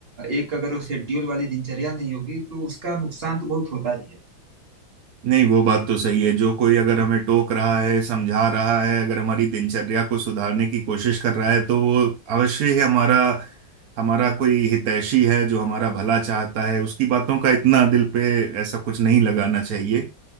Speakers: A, on the right; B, on the right.
A: एक अगर वो शेड्यूल वाली दिनचर्या नहीं होगी तो उसका नुकसान तो बहुत होता ही है
B: नहीं वो बात तो सही है जो कोई अगर हमें टोक रहा है समझा रहा है अगर हमारी दिनचर्या को सुधारने की कोशिश कर रहा है तो वो अवश्य ही हमारा हमारा कोई हितैषी है जो हमारा भला चाहता है उसकी बातों का इतना दिल पे ऐसा कुछ नहीं लगाना चाहिए